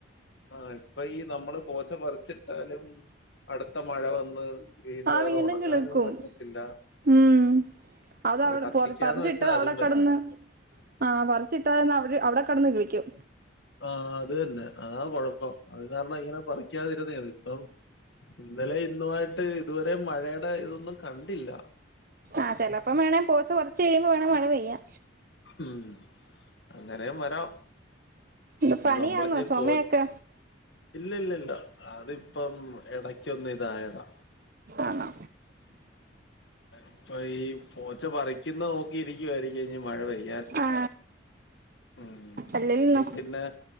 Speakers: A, on the left; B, on the right.
A: ആ ഇപ്പൊ ഈ നമ്മള് പോച്ച പറിച്ചിട്ടാലും അടുത്ത മഴ വന്ന് വീണ്ടും
B: ആ
A: അത് ഉണങ്ങാനും
B: കിളിർക്കും
A: പറ്റത്തില്ല
B: ഉം അത
A: അത്
B: അവിടെ
A: കത്തിക്കാന്ന്
B: പറച്ചിട്ട്
A: വെച്ചാ
B: അവിടെ
A: അതും പറ്റില്ല
B: കടന്ന് ആ പറച്ചിട്ടായിന്ന് അ അവിടെ കടന്ന് കളിക്കും
A: ആ അത് തന്നെ അതാ കൊഴപ്പം അത് കാരണം ഇങ്ങനെ പറിക്കാതിരുന്ന അത് ഇപ്പം ഇന്നലെ ഇന്നുമായിട്ട് ഇതുവരെ മഴയുടെ ഇതൊന്നും കണ്ടില്ല
B: ആ ചെപ്പം വേണ പോച്ച പറിച്ച് കഴിയുമ്പോ വേണ മഴ പെയ്യാ
A: ഉം അങ്ങനെയും വരാ
B: ഇത് പനിയാന്നോ
A: ഇ നമ്മള
B: ചുമയൊക്കെ
A: പോ ഇല്ലല്ലല്ല അത് ഇപ്പം ഇടക്കൊന്ന് ഇതായതാ
B: ആണോ
A: ഇപ്പ ഈ പോച്ച പറിക്കുന്ന നോക്കി ഒ ഇരിക്കുരിക്ക ആയിരിക്കും മഴ പെയും
B: ആ
A: ഉം
B: അല്ലല്ലോ
A: ഇനിക്ക പിന്നെ